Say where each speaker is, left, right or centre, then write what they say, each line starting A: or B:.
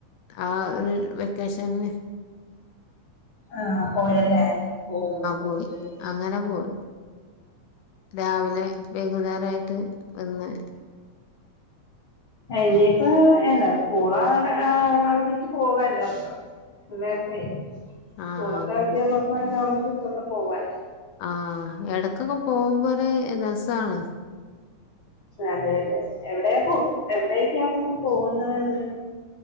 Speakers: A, on the left; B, on the left.
A: ആഹ് വെക്കേഷന്
B: ആഹ് പോയല്ലേ ഓ ഹൊ
A: പോയി
B: ഹൊ ഹോ
A: അങ്ങനെ പോയി രാവിലെ വൈകുന്നേരായിട്ട് വന്ന്
B: ഇനിയിപ്പ ഏന സ്കൂളാട അവധിക്ക് പോകാല്ലോപ്പ പിള്ളേർടെ സ്കൂളക്കെ
A: ആഹ് അതാണ്
B: അവിധി ഉള്ളപ്പ ലോങ്ങ്‌ ട്രിപ്പൊക്കെ പോവാർന്നു
A: ആഹ് എടക്കൊക്കെ പോംമ്പോഴു രസാണ്
B: അതെ അതെ എവിടെയാ പോ എവിടെക്കാപ്പൊ പോണത്